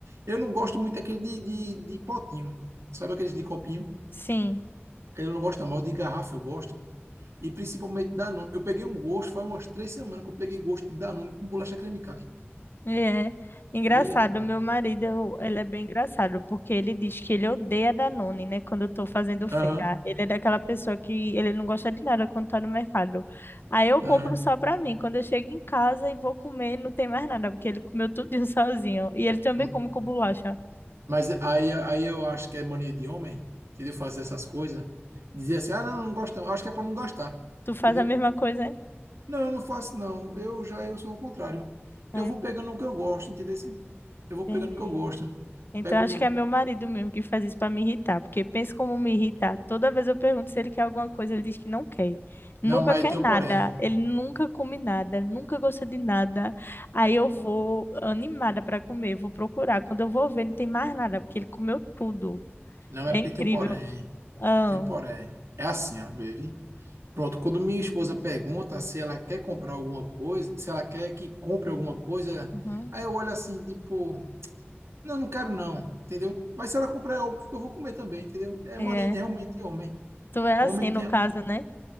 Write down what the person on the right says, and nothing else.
Eu não gosto muito daquele de, de, de potinho, sabe aqueles de copinho?
aquele eu não gosto mal de garrafa, eu gosto. E principalmente Danone. Eu peguei um gosto, faz umas três semanas que eu peguei gosto de Danone com bolacha creme caqui.
Ih, rapaz.
Aham,
aham.
Hum,
Mas aí, aí eu acho que é mania de homem, entendeu? Fazer essas coisas. Dizer assim, ah, não, não gosto não. Acho que é para não gastar,
entendeu?
Não, eu não faço não. Eu já eu sou o contrário.
Eu vou pegando o que eu gosto, entendeu? Eu vou
pegando o que eu gosto.
Pego
um.
Não, mas
tem
um porém.
Não é
porque
tem um porém.
Tem um porém. É assim, ó, baby. Pronto, quando minha esposa pergunta se ela quer comprar alguma coisa, se ela quer que compre alguma coisa,
aí eu olho assim, tipo, não, não quero não, entendeu? Mas se ela comprar, é óbvio que eu vou comer também, entendeu? É
mania de realmente homem.
Homem tem.